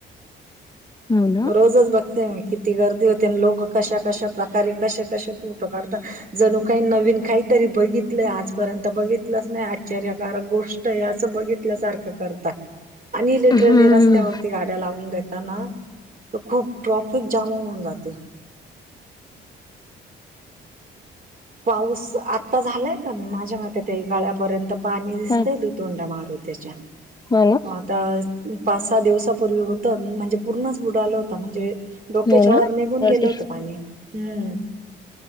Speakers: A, on the left (about 20°); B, on the right (about 45°).
A: हो ना
B: रोजच बघते म- किती गर्दी होते आणि लोक कशा कशा प्रकारे कशा फोटो काढतात. जनु काही नवीन काहीतरी बघितय. आजपर्यंत बघितलंच नाही आश्चर्यकारक गोष्ट असं बघित बघितल्या सारखं करता आणि इलेट्रली
A: हम्म
B: रस्त्यावरती गाड्या लावून देताना तर खूप ट्रॅफिक जाम होऊन जात. पाऊस आता झालाय का मी माझ्या मते ते गाळ्यापर्यंत पाणी दिसतंय.
A: हो
B: तोडा मारूती त्याच्या
A: हो ना
B: आता पाच सहा दिवसापूर्वी होत म्हणजे पूर्णच बुडा आला होता म्हणजे. डोक्याच्या
A: हो ना
B: वर निघून
A: तर
B: गेल
A: ते
B: होतं पाणी हम्म.